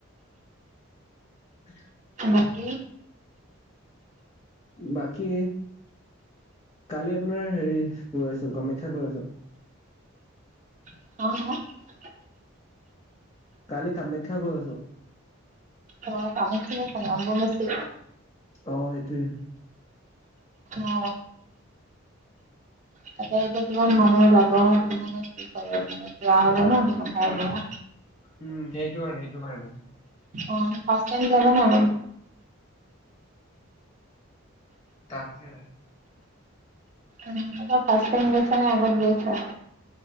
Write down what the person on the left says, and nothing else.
<inaudible>
বাকী কালি আপোনাৰ হেৰি কৈ আছো কামাখ্যা কৈ আছো
কালি কামাখ্যা গৈ আছো।
অ' সেইটোৱেই,
উম সেইটো কাৰণে সেইটো কাৰণে।
তাকে।